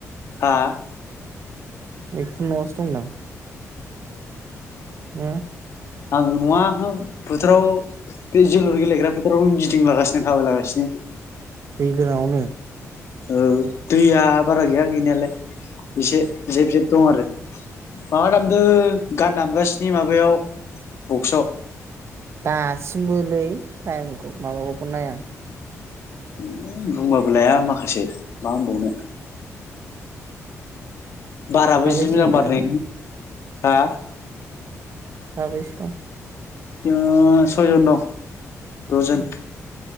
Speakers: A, on the left; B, on the right.
A: आह
B: एखुन नआवसो दं दां उम
A: आङो नङा हो फोथोराव बे जोलुर गेलेग्रा फोथारावनो गिदिंलागासिनो थाबायलागासिनो।
B: बेग्रावनो
A: औ दैया बारा गैया गैनायालाय। इसे जेब जेब दं आरो माबा दामदों गान दामगासिनि माबायाव बक्सआव
B: दासिमबोलै। थाइमखौ माबाखौबो नाया
A: उम बुंबाबो लाया माखासे मा होनबावनो। बाराबो
B: साबैसे
A: जि मोजां
B: दंसो
A: बारलै। हा
B: साबैसे दं?
A: जोङो सयजन दं। द'जोन।
B: उम